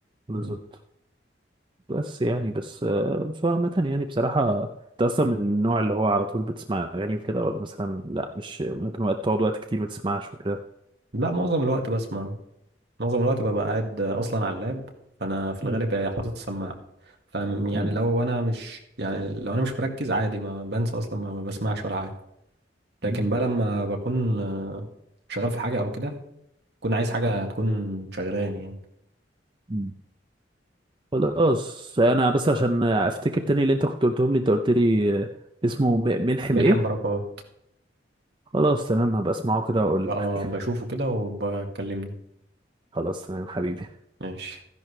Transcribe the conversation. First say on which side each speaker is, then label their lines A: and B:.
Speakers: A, on the right; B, on the right.
A: بالظبط
B: مم.
A: بس يعني بس آه، فعامة يعني بصراحة انت اصلا من النوع اللي هو على طول بتسمع اغاني وكده ولا مثلا لا مش ممكن وقت تقعد وقت كتير ما تسمعش وكده
B: لا معظم الوقت بسمع معظم الوقت ببقى قاعد اصلا على اللاب فانا في
A: مم.
B: الغالب يعني حاطط السماعه ف يعني
A: مم.
B: لو انا مش يعني لو انا مش مركز عادي ما بنسى اصلا ما ما بسمعش ولا حاجه لكن
A: مم.
B: بقى لما بكون آه، شغال في حاجه او كده بكون عايز حاجه تكون شغلاني يعني
A: مم. خلاص انا بس عشان افتكر تاني اللي انت كنت قلتهم لي انت قلت لي آه، اسمه م- ملحم
B: ملحم
A: ايه
B: بركات
A: خلاص تمام هبقى اسمعه كده واقول
B: بقى
A: لك
B: بشوفه كده وبكلمني
A: خلاص تمام حبيبي
B: ماشي